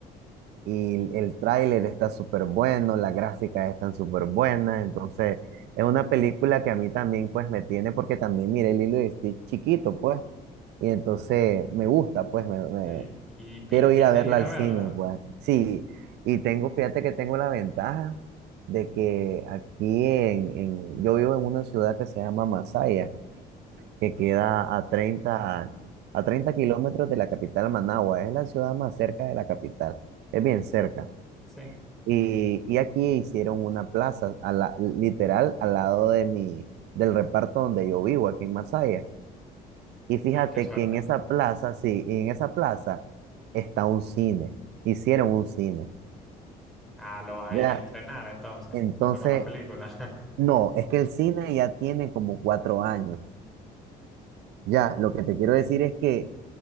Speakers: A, on the right (about 80°); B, in the centre.
A: Y el tráiler está súper bueno, las gráficas están súper buenas, entonces es una película que a mí también, pues, me tiene, porque también miré Lilo y Stitch chiquito, pues, y entonces me gusta, pues, me, me-
B: Sí, ¿y pi-
A: quiero
B: piensas
A: ir a verla
B: ir
A: al
B: a verla?
A: cine, pues, sí, y tengo, fíjate que tengo la ventaja de que aquí en, en- yo vivo en una ciudad que se llama Masaya, que queda a treinta a treinta kilómetros de la capital Managua. Es la ciudad más cerca de la capital, es bien cerca.
B: Sí.
A: Y, y aquí hicieron una plaza, a la, literal, al lado de mi, del reparto donde yo vivo, aquí en Masaya. Y fíjate
B: Ah, qué suerte.
A: que en esa plaza, sí, en esa plaza está un cine, hicieron un cine.
B: Ah, lo vas
A: Ya,
B: a ir a estrenar entonces,
A: entonces,
B: junto con la película.
A: no, es que el cine ya tiene como cuatro años. Ya, lo que te quiero decir es que